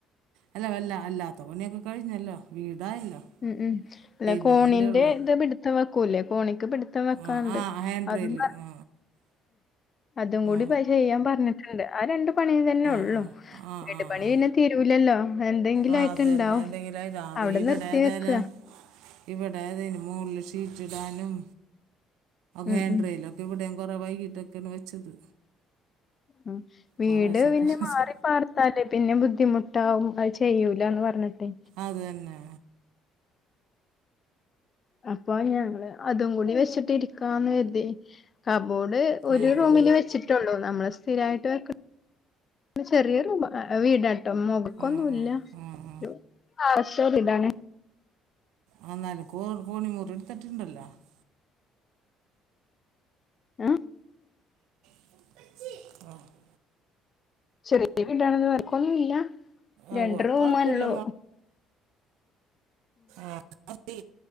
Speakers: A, on the right; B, on the left.
A: അല്ല വല്ല അല്ലാത്ത പണിയൊക്കെ കഴിഞ്ഞല്ലോ വീടായല്ലോ
B: ഉം ഉം അല്ല
A: പെയിൻറിങ്
B: കോണിന്റെ
A: അല്ലേ ഉള്ളൂ
B: ഇത് പിടുത്ത വെക്കൂല്ലേ കോണിക്ക് പിടുത്ത പിടുത്തം വെക്കാണ്ട്
A: ആ ആ ഹാൻഡ്
B: അതും
A: റെയില്
B: ബ
A: ആ
B: അതും കൂടി
A: ആ
B: പ ചെയ്യാൻ പറഞ്ഞിട്ടുണ്ട് ആ രണ്ടു പണി തന്നെ
A: ആ ആ ആ
B: ഉള്ളൂ
A: ആ
B: വീട്
A: ആ
B: പണി
A: ആ
B: പിന്നെ തീരൂലല്ലോ എന്തെങ്കിലും
A: ആ
B: ആയിട്ട്ണ്ടാവും
A: അതന്നെ എന്തെങ്കിലും ആയി അതെ
B: അവിടെ
A: ഇവിടെ
B: നിർത്തി
A: ഏതായാലും
B: വെക്ക
A: ഇവിടെ അതിന് മോളിൽ ഷീറ്റിടാനും
B: ഉം
A: ഹേഡ്രയി
B: ഉം
A: ഇവിടേം കൊറേ വൈകിട്ടൊക്കെയാണ് വെച്ചത്
B: ഉം വീട്
A: കുറേശ്ശെ
B: പിന്നെ
A: കുറേശ്ശെ
B: മാറി പാർത്താലേ പിന്നെ ബുദ്ധിമുട്ടാവും ഐ ചെയ്യൂലാന്ന് പറഞ്ഞിട്ടേ
A: അതന്നെ
B: അപ്പൊ ഞങ്ങള് അതും കൂടി വെച്ചിട്ടിരിക്കാന്ന് കരുതി കബോഡ് ഒരു
A: ആ
B: റൂമില്
A: ആ
B: വെച്ചിട്ട് ട്ടൊള്ളു നമ്മൾ സ്ഥിരമായിട്ട് വക്ക് ചെറിയ റൂമ വീട ട്ട മോകൾക്കൊന്നുല്ല
A: ആ ആ ആ
B: <unintelligible> വീടാണ്
A: ആ നെനക്കും ഓർക്കൂടി മുറി <unintelligible>
B: എ
A: <inaudible>
B: ചെറിയ വീടാണത് വർക്കൊന്നുംല്ല
A: ആവോ
B: രണ്ട് റൂമാള്ളു
A: കുഴപ്പമില്ല ആഹ് അ തി